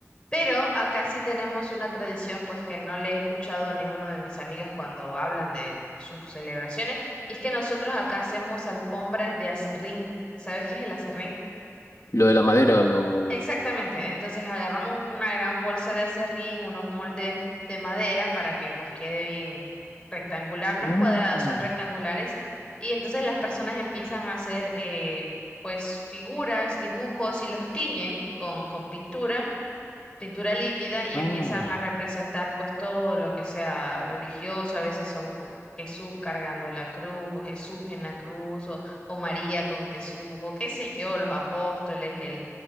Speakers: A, on the left (about 20°); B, on the left (about 75°).
A: Pero acá sí tenemos una tradición, pues que no le he escuchado a ninguno de mis amigos cuando hablan de sus celebraciones, y es que nosotros acá hacemos alfombras de acerrín. ¿Sabes qué es el acerrín?
B: lo de la madera, lo...
A: Exactamente. Entonces agarramos una gran bolsa de acerrín, unos moldes de madera para que pues quede bien rectangular, no
B: Ah,
A: es cuadrada, son rectangulares, y entonces las personas empiezan a hacer eh, pues figuras, dibujos y los tiñen con, con pintura pintura líquida y
B: ah.
A: empiezan a representar pues todo lo que sea religioso, a veces son cru- Jesús cargando la cruz o Jesús en la cruz o, o María con Jesús o qué sé yo, los apóstoles, el